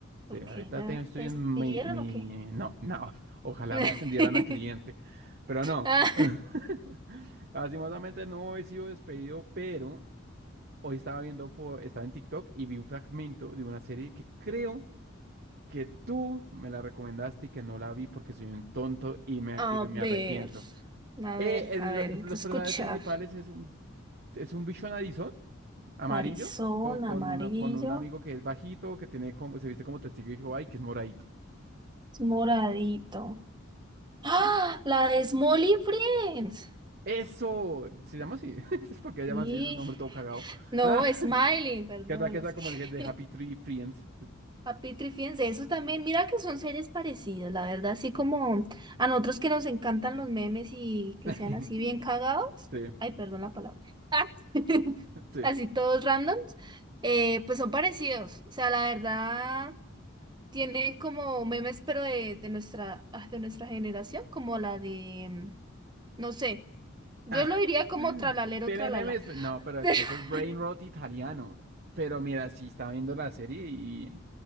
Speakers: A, on the right; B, on the right.
A: ¿Por
B: Sí, ahorita
A: qué? ¿Ya
B: te- estoy
A: te despidieron
B: en mi, mi,
A: o qué?
B: no, no, <laughs> ojalá
A: <laughs>
B: me ascendieran a cliente, pero no.
A: Ah,
B: <laughs> Lastimosamente no he sido despedido, pero hoy estaba viendo por, estaba en TikTok y vi un fragmento de una serie que creo que tú me la recomendaste y que no la vi porque soy un tonto y me,
A: A
B: y me
A: ver,
B: arrepiento.
A: a
B: Eh,
A: ver,
B: el-
A: a ver,
B: el-
A: hay
B: los
A: que escuchar.
B: personajes principales es un, es un bicho narizón, amarillo,
A: Narizón,
B: con, con,
A: amarillo,
B: una, con un amigo que es bajito, que tiene como, se viste como testigo de Jehová y que es moradito.
A: es moradito. ¡Ah!
B: ¿sí?
A: La de Smolly Friends.
B: Eso se llama así, <laughs> es porque se
A: Sí,
B: llama así, es un nombre todo cagado.
A: no,
B: Ah,
A: Smiley, perdón,
B: que está, que está
A: es que
B: como el de Happy Tree Friends.
A: Papitri, fíjense, eso también, mira que son seres parecidos, la verdad, así como a nosotros que nos encantan los memes y que
B: <laughs>
A: sean así bien cagados,
B: sí,
A: ay, perdón la palabra, <laughs>
B: sí.
A: así todos randoms, eh, pues son parecidos, o sea, la verdad, tienen como memes, pero de, de nuestra, ah, de nuestra generación, como la de, mm, no sé, yo
B: <laughs> Ah,
A: lo diría como tralalero,
B: Tiene
A: tralala.
B: memes, pe- no, pero es
A: <laughs>
B: que eso es brain rot italiano. Pero mira, sí estaba viendo la serie y,